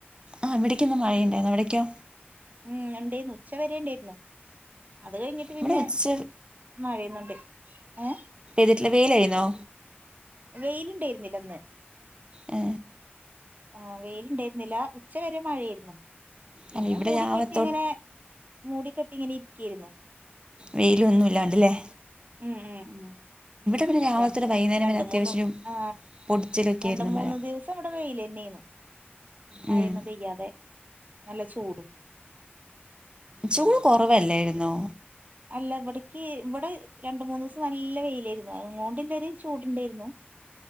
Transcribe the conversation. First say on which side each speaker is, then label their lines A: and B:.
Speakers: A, on the right; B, on the right.
A: ആ്വിടേക്കന്ന മഴ ഉണ്ടായിോ എവിടക്കോ
B: ഉം ഉണ്ടായിരുന്നു ഉച്ച വരെ ഉണ്ടായിരുന്നു അത് കഴിഞ്ഞിട്ട് പിന്നെ
A: ഇവിടെ ഉച്ച
B: മഴയുന്നുണ്ട് ഏഹ്
A: ഇതിട്ട വെയിലായിന്നോ
B: വെയിലുണ്ടായിരുന്നില്ല അന്ന്
A: ആ
B: ആ വെയില ഉണ്ടായിരുന്നില്ല ഉച്ച വരെ മഴയായിരുന്നു പിന്നെ
A: അല്ല ഇവിടെ
B: മൂടിക്കെട്ടി
A: രാവിലെ തൊട്ട്
B: ഇങ്ങനെ മൂടിക്കെട്ടി ഇങ്ങനെ ഇരിക്കായിരുന്നു
A: വെയില ഒന്നുമല്ലാണ്ടല്ലേ
B: ഉം ഉം ഉ
A: പിന്നെ രാവിലെ
B: രണ്ട്
A: തൊട്ട് വൈകുന്നേരം
B: രണ്ട്
A: വരെ അത്യാവശ്യം
B: മൂന്ന് ആ
A: പൊടിച്ചിലൊക്കെ
B: രണ്ട്
A: ആയിരുന്നു
B: മൂന്ന്
A: മഴ
B: ദിവസം ഇവിടെ പെൽന്നെന്നു മഴയൊന്നും
A: ഉം
B: പെയ്യാതെ നല്ല ചൂടും
A: ചൂട് കുറവല്ലായിുന്നോ
B: അല്ല ഇവിടക്ക് ഇവിടെ രണ്ട മൂന്ന് ദിവസം നല്ല വെയിലായിരുന്നു അ അതുകൊണ്ട്ല്ലര ചൂടുണ്ടായിരുന്നു